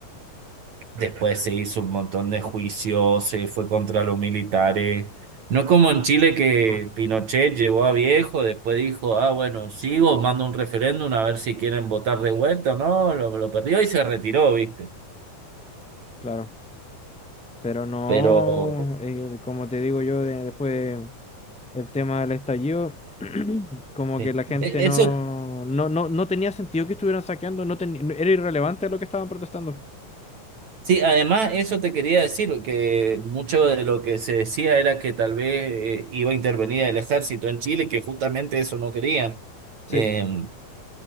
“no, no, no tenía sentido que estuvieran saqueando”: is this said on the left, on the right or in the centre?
Centre